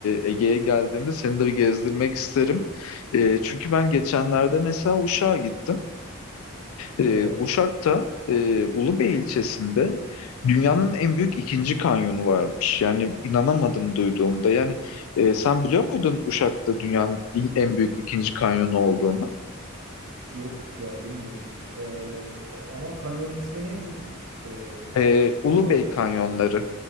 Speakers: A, on the left; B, on the right.
A: e, Ege'ye geldiğimde seni de bir gezdirmek isterim. E, çünkü ben geçenlerde mesela Uşak'a gittim. Ee,
B: Evet.
A: Uşak'ta e, Ulubey ilçesinde dünyanın en büyük ikinci kanyonu varmış. Yani inanamadım duyduğumda. Yani e, sen biliyor muydun Uşak'ta dünyanın i- en büyük ikinci kanyonu olduğunu?
B: Yok ya bilmiyorum. E, ama kanyonun ismi neydi? E,
A: Ee, Ulubey
B: oradan belki.
A: kanyonları.